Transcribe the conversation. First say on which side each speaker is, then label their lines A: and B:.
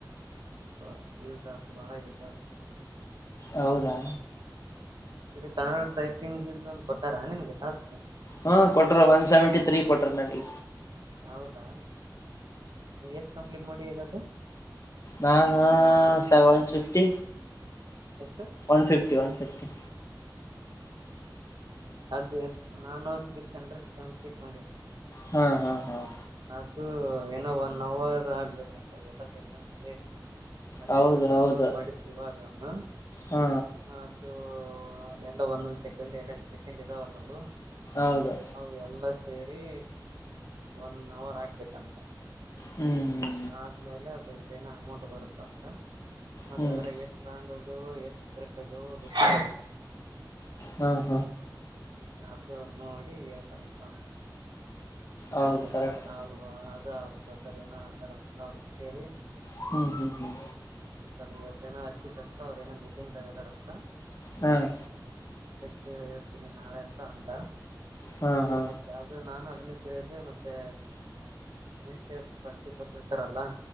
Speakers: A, on the right; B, on the left.
A: ಪ ಯೂಸ ಮಳ ಯೂಸ
B: ಹೌದಾ
A: ಇದು ಕನ್ನಡ ಟೈಪಿಂಗ್ ಇ ಕೊಟ್ಟಾರ ನಿನಗೆ ಟಾಸ್ಕ್
B: ಹ್ಮ ಕೊಟ್ರ ಒನ್ ಸೆವೆಂಟಿ ತ್ರೀ ಕೊಟ್ರ ನಡಿ
A: ಹೌದಾ ಎಷ್ಟು ಕಂಪ್ಲೀಟ್ ಮಾಡಿ ಹದು
B: ನಾನು ಸೆವೆನ್ ಫಿಫ್ಟಿ
A: ಎಷ್ಟು
B: ಒನ್ಫಿಫ್ಟಿ ಒನ್ಫಿಫ್ಟಿ
A: ಅದ ನಾನು ಸಿಕ್ ಹಂಡ್ರೆಡ್ ಕಂಪ್ಲೀಟ್ ಮಾಡಿ
B: ಹ್ಮ್ ಹ್ಮ ಹಾ್
A: ಅದುೂ ಏನೋ ಒನ್ ಅವರ್ ಆಗ್ಬೇಕು ಎಲ್ಲ ಸೆಕಂಡ್ ಸೇರಿ ಅದೇ
B: ಹೌದು
A: ಗವ
B: ಹೌದು
A: ಫೋನ್ ಮಾಡಿತ್ ಇವಾಗ ಅವನು
B: ಹಾ
A: ಹಾತ ಎಲ್ಲ ಒಂದೊಂದ್ ಸೆಕೆಂಡ್ ಎರಡ್ಂ ಸೆಕೆಂಡ್ ಇದಾವಲ್ಲವು
B: ಹೌದು
A: ಅವು ಎಲ್ಲ ಸೇರಿ ಒನ್ ಅವರ್ ಆಗ್ಬೇಕಂತ
B: ಹ್ಮ್
A: ಆದ್ಮೇಲೆ ಅದ್ರ ಏನ ಅಮೌಂಟ್ ಬರುತ್ತ ಅಂತ ಮತ್ತ
B: ಹ್ಮ್ ಹ್ಮ್
A: ಅದ್ರಾಗ ಎಷ್ಟ್ರಾಂಗ್ ಆ ಎಷ್ಟ ತರತವೋ ಗೊತ್ತ
B: ಹಾ ಹಾ
A: ಅದು ನೋಡಿ ಹೇಳ್ತಾನಪ್ಪ
B: ಹೌದು
A: ಅವ್ರೇನ್ರ
B: ಕರೆಕ್ಟ್
A: ಅವರು ಅ ಏನ ಹತಾರ ಅಂತೆ ಅವ್ರಿಗೆ ಕೇಳಿ
B: ಹ್ಮ್ ಹ್ಮ್ ಹ್ಮ್
A: ಇವತ್ ಜನ ಹಚ್ಚಿದ ಅಂತ ಅವ್ರಏನೋ ಮೀಟಿಂಗ್ ತಗದಾರ ಅಂತ
B: ಹ್ಮ್
A: ಕಿ ಹೇಳ್ತೀನಿ ನಾಳೆ ಅಂತ ಅಂಡ
B: ಹಾ ಹಾ
A: ಈ ಮತ್ತೆ ಅದು ನಾನು ಅದನ್ನ ಕಳಿದ ಮತ್ತೆ ಮುಂಚೆ ಬಂಟಿ ಕೊಟ್ಟಿರ್ತಾರಲ್ಲ